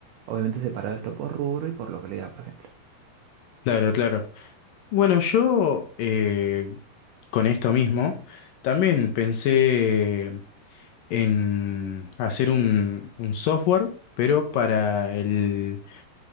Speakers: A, on the right (about 90°); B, on the left (about 75°).
A: Obviamente separado esto por rubro y por localidad, por ejemplo.
B: claro, claro. Bueno, yo eh, con esto mismo también pensé en hacer un, un software, pero para el,